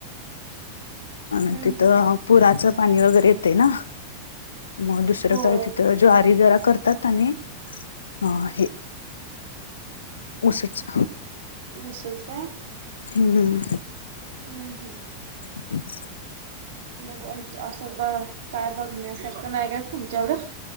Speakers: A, on the right; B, on the left.
A: <inaudible>
B: आणि तिथं
A: हम्म
B: पुराचं पाणी वगैरे येतये ना. मग दुसरं
A: होय
B: काय तिथं ज्वारी जरा करतात आणि अ हे ऊसच
A: <inaudible> ऊसच काय
B: हम्म.
A: हम्म हम्म.
B: <inaudible>
A: मग असं ब काय बघण्यासारखं नाही का. <inaudible> तुच्याकड